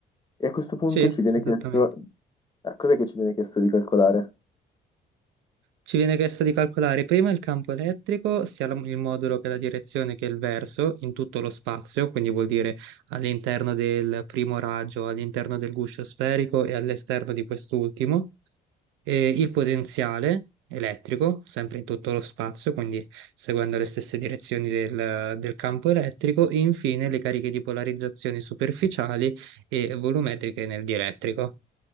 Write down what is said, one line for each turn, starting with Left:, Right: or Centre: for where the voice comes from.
Left: E a questo punto
Right: Sì,
Left: ci viene
Right: esattamente.
Left: chiesto, a cos'è che ci viene chiesto di calcolare?
Right: Ci viene chiesto di calcolare prima il campo elettrico, sia la- il modulo che la direzione che il verso, in tutto lo spazio, quindi vuol dire all'interno del primo raggio, all'interno del guscio sferico e all'esterno di quest'ultimo, e il potenziale elettrico, sempre in tutto lo spazio, quindi seguendo le stesse direzioni del, del campo elettrico, e infine le cariche di polarizzazione superficiali e volumetriche nel dielettrico,